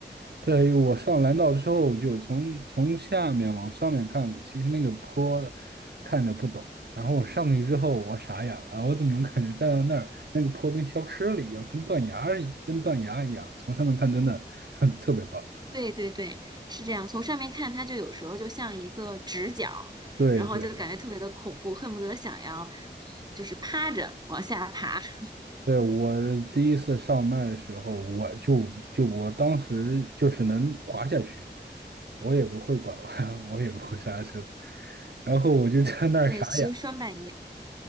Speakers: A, on the right; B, on the right.
A: 对，我上蓝道之后，就是从从下面往上面看，其实那个坡看着不陡。然后我上去之后，我傻眼了，我怎么能感觉站在那儿，那个坡跟消失了一样，跟断崖一跟断崖一样，从上面看真的 <laughs> 特别高。
B: 对对对，是这样。从上面看，它就有时候就像一个直角，
A: 对对
B: 然后就感觉特别的恐怖，恨不得想要就是趴着往下爬。<laughs>
A: 对，我第一次上那儿的时候，我就就我当时就是能滑下去，我也不会拐弯，我也不会刹车，然后我就在那儿傻眼。
B: 对，其实双板也